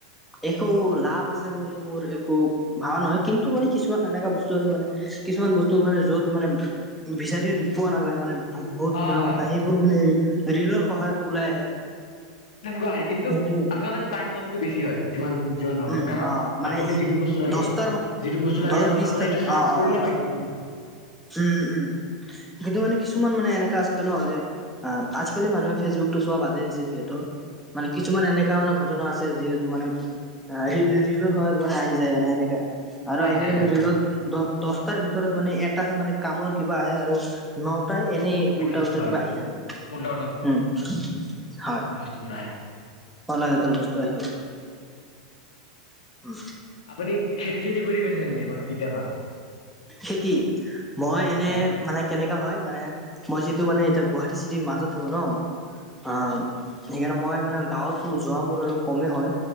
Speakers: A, in the centre; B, on the left.
A: একো লাভ আছে বুলি মোৰ, একো ভবা নহয় কিন্তু মানে কিছুমান এনেকুৱা বস্তু আছে মানে, কিছুমান বস্তু মানে য'ত মানে বিচাৰি পোৱা নাযায় মানে বহুত
B: অ
A: ভিতৰৰ
B: হয়
A: কথা
B: হয়
A: সেইবোৰ, মানে ৰেলৰ সহায়ত ওলাই আহে।
B: তেনেকুৱা আহে কিন্তু,
A: সেইটোৱে
B: আচলতে টাইম লছটো বেছি হয় যিমান জীৱন ভাবে,
A: উম
B: কাৰণ
A: অ মানে
B: আপুনি যিটো বস্তু লাগে,
A: দহটাৰ
B: যিটো বস্তু লাগে,
A: দহ বিশটা
B: আপুনি এটো চাৰ্চ
A: অ অ
B: কৰিলে
A: অ
B: পাই যাব ন।
A: উম উম, কিন্তু মানে কিছুমান মানে এনেকা আছে ন যে আহ, আজিকালি মানুহে ফেচবুক টো চোৱা বাধাই দিছে যিহেতু মানে কিছুমান এনেকা মানে ঘটনা আছে যিহেতু মানে আহ, ৰিল ৰিলৰ সহায়ত মানে আহি যায় আৰু সেনেকা। আৰু
B: আহি
A: আজিকালি
B: যায় হয়
A: ৰেলত
B: হয়
A: দ দহটাৰ ভিতৰত মানে এটাহে মানে কামৰ কিবা আহে আৰু ন প্ৰায় এনেই
B: বাকী
A: উল্টা উল্টা
B: হয়
A: কিবা আহি থাকে,
B: উল্টা
A: উম, হয়।
B: চোৰ আহে।
A: অলাগতিয়াল বস্তু আহি থাকে, উম।
B: আপুনি খেতি চেতি কৰি পাইছেনে নাই, কেতিয়াবা।
A: খেতি, মই এনে
B: হয়
A: মানে কেনেকা হয় মানে মই যিহেটো মানে এতিয়া গুৱাহাটী চিটিৰ মাজত থাকো ন। আহ, সেইকাৰণে মই মানে গাঁৱত যোৱা মোৰ অলপ কমেই হয়,